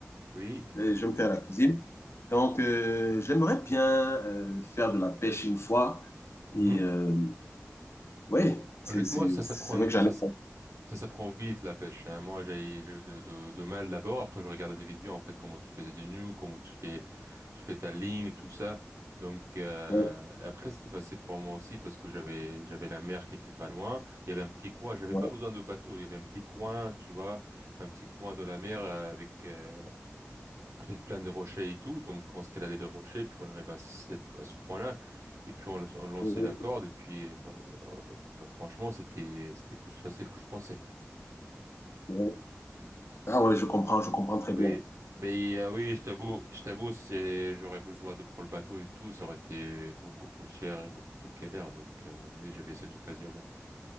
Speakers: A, on the right; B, on the left.
A: Oui.
B: Euh, j'aime faire la cuisine. Donc, euh, j'aimerais bien euh, faire de la pêche une fois.
A: Mhm.
B: Et euh, ouais, c'est
A: Honnêtement,
B: c'est-
A: ça s'apprend,
B: c'est vrai que j'en
A: ça,
B: ai.
A: Ça, ça prend vite la pêche. hein. Moi, j'ai j'ai eu de, de, de mal d'abord. Après, je regardais des vidéos en fait comment tu fais des nœuds, comment tu fais tu fais ta ligne et tout ça. Donc euh,
B: Ouais,
A: après, c'était facile pour moi aussi parce que j'avais j'avais la mer qui était pas loin. Il y avait un petit coin. J'avais
B: ouais,
A: pas besoin de bateau. Il y avait un petit coin, tu vois, un petit coin de la mer euh, avec euh, avec plein de rochers et tout. Donc on escaladait les rochers, puis on arrivait à cette, à ce point-là. Et puis on, on lançait
B: ouais,
A: la corde. Et puis euh, enfin, euh, enfin, franchement, c'était c'était plus facile que je pensais.
B: ouais. Ah ouais, je comprends, je comprends très bien.
A: Oui, mais euh, oui, je t'avoue, je t'avoue, c'est j'aurais besoin de prendre le bateau et tout, ça aurait été beaucoup plus cher et beaucoup plus galère. Donc euh, oui, j'avais cette occasion-là.